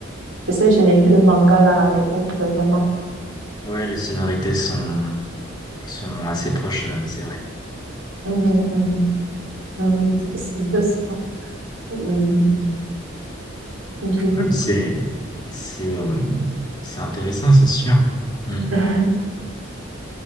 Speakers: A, on the right; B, on the left.
A: de, ces génériques de manga là et autres, vraiment.
B: Ouais, les sonorités sont sont assez proches, euh, c'est vrai.
A: Mhm, mhm. Mhm, C'est un peu ça. Mhm. Je-
B: Ouais, mais C'est, c'est, euh, c'est intéressant, c'est sûr. Mm.
A: <laughs>